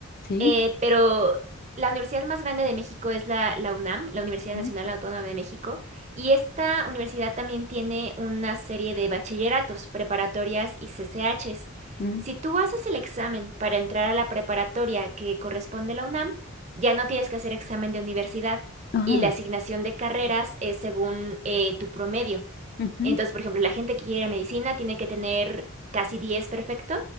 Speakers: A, on the left; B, on the right.
A: Sí.
B: Eh, pero la universidad más grande de México es la, la UNAM, la Universidad
A: ujú,
B: Nacional Autónoma de México, y esta universidad también tiene una serie de bachilleratos, preparatorias y CCHs.
A: ujú,
B: Si tú haces el examen para entrar a la preparatoria que corresponde a la UNAM, ya no tienes que hacer examen de universidad
A: Ajá.
B: y la asignación de carreras es según eh, tu promedio.
A: ujú,
B: Entonces, por ejemplo, la gente que quiere medicina tiene que tener casi 10, perfecto,